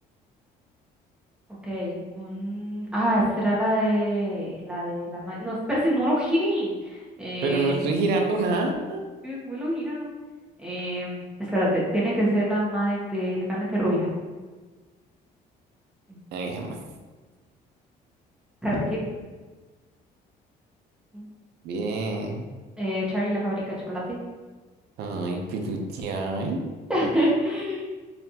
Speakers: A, in the centre; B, on the right.
A: Ok, un... Ah, esta era la de... La de la... ma- No, espérate, no lo gire. Eh,
B: pero no estoy girando nada.
A: después lo giran? Em, espérate, tiene que ser la madre de Legalmente Rubia. Mm,
B: Ay, jamás.
A: Karate Kid. Mm.
B: Bien.
A: Eh, Charlie la fábrica de chocolate.
B: Ay, pero ya, ay,
A: <laughs>